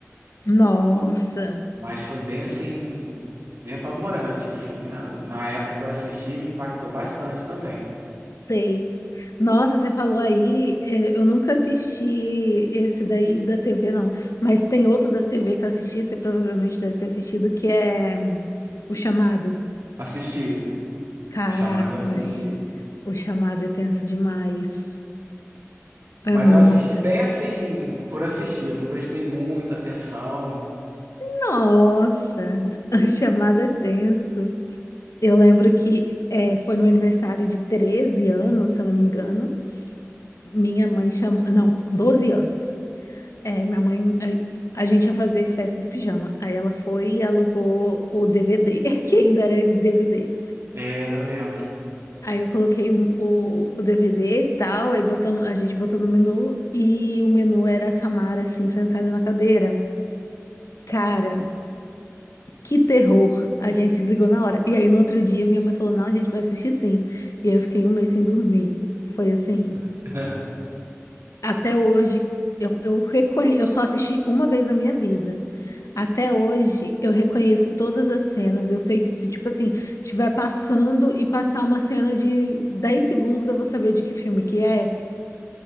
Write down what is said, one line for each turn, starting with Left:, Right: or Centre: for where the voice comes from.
Left: Nossa,
Right: Mas foi bem assim, bem apavorante. O filme, na, na época que eu assisti, me impactou bastante também.
Left: sei. Nossa, você falou aí, é, eu nunca assisti esse daí da TV, não. Mas tem outro da TV que eu assisti, você provavelmente deve ter assistido, que é hum, O Chamado.
Right: Assisti,
Left: Caraca,
Right: o chamado eu assisti.
Left: velho. O Chamado é tenso demais.
Right: Mas
Left: É muito
Right: eu assisti bem
Left: tenso.
Right: assim, por assistir. Eu não prestei muita atenção.
Left: Nossa, <laughs> o chamado é tenso. Eu lembro que eh, foi no meu aniversário de 13 anos, se eu não me engano. Minha mãe chamou, não, 12 anos. É, minha mãe, a, a gente ia fazer festa do pijama. Aí ela foi e alugou o DVD, <laughs> que ainda era em DVD.
Right: É, eu lembro.
Left: Aí eu coloquei o, o, o DVD e tal, aí botamos, a gente botou no menu e o menu era a Samara assim sentada na cadeira. Cara, que terror. A gente desligou na hora. E aí no outro dia minha mãe falou: "Não, a gente vai assistir sim". E aí eu fiquei um mês sem dormir. Foi assim,
Right: <laughs>
Left: Até hoje, eu, eu reconhe... eu só assisti uma vez na minha vida. Até hoje, eu reconheço todas as cenas. Eu sei que se, tipo assim, tiver passando e passar uma cena de 10 segundos, eu vou saber de que filme que é.